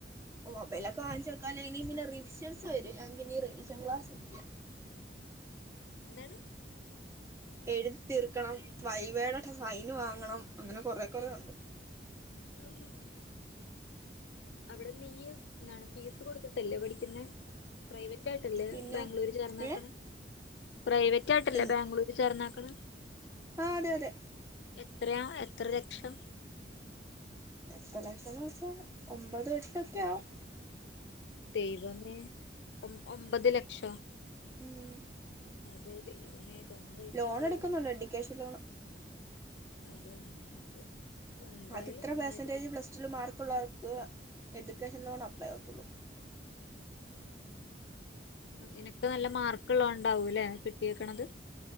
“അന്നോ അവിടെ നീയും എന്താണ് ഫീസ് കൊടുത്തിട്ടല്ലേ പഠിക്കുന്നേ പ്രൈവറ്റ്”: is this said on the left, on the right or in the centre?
Left